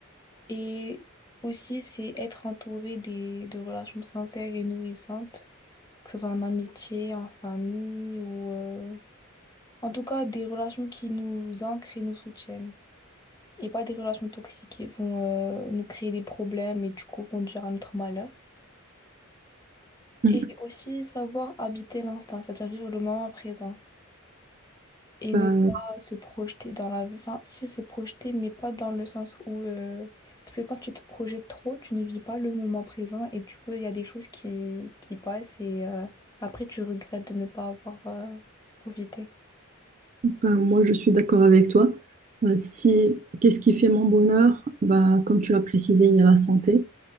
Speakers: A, on the left; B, on the right.
A: Et aussi, c'est être entouré des, de relations sincères et nourrissantes que ce soit en amitié, en famille ou euh, En tout cas, des relations qui nous ancrent et nous soutiennent. Et pas des relations toxiques qui vont euh, nous créer des problèmes et du coup conduire à notre malheur.
B: Mm.
A: Et aussi savoir habiter l'instant, c'est-à-dire vivre le moment présent. Et
B: Bah,
A: ne pas se projeter dans la vie. Enfin, si se projeter, mais pas dans le sens où... euh, Parce que quand tu te projettes trop, tu ne vis pas le moment présent et du coup, il y a des choses qui, qui passent et euh, après, tu regrettes de ne pas avoir euh, profité.
B: Ben, moi, je suis d'accord avec toi. Euh, si, qu'est-ce qui fait mon bonheur? Bah, comme tu l'as précisé, il y a la santé.